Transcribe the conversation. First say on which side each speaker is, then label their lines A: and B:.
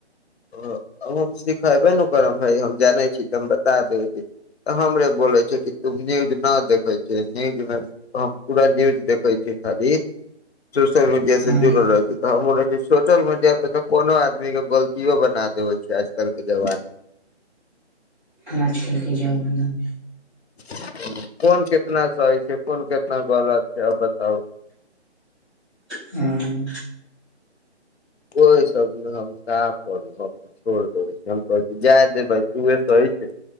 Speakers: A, on the left; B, in the centre.
A: अ हम सिखाएबे ने ओकर हम भाय हम जानै छी तऽ हम बता देबै छी तऽ हमरे बोलै छै कि तू न्यूज ना देखै छी, न्यूज मे हम, हम पूरा न्यूज देखै छीये खाली। सोशल मीडिया
B: हँ
A: से जुड़ल रहे छी। हमरे ई सोशल मीडिया पे तऽ कोनो आदमी के गलतियो बना देबे छै आज-कल के जवाना
B: आज-कल के जवाना मे।
A: ह्म्म कोन कितना सही छै, कोन कितना गलत छै, अब बताउ।
B: ह्म्म।
A: ओय सब मे हम का पड़ी। छोड़ देबै छी हम कहै छी जाय दे भाय तूहे सही छी,